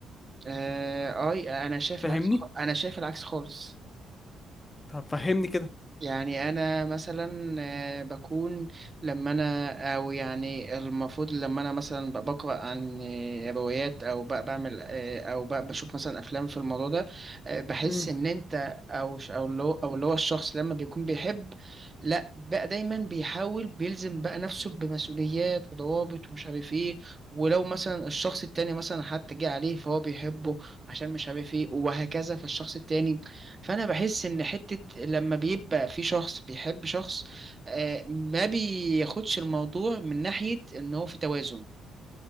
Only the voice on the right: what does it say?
آه، أي أنا شايف
العكس خ- أنا شايف العكس خالص
يعني انا مثلا آه، بكون لما انا او يعني المفروض لما انا مثلا ب- بقرا عن آه، روايات او ب- بعمل آه، او ب- بشوف مثلا افلام في الموضوع ده آه، بحس
ان انت او ش- او اللي هو او اللي هو الشخص لما بيكون بيحب لا بقى دايما بيحاول بيلزم بقى نفسه بمسؤوليات وضوابط ومش عارف ايه ولو مثلا الشخص التاني مثلا حتى جه عليه فهو بيحبه عشان مش عارف ايه وهكذا في الشخص التاني فانا بحس ان حتة لما بيبقى في شخص بيحب شخص آه، ما بياخدش الموضوع من ناحية ان هو في توازن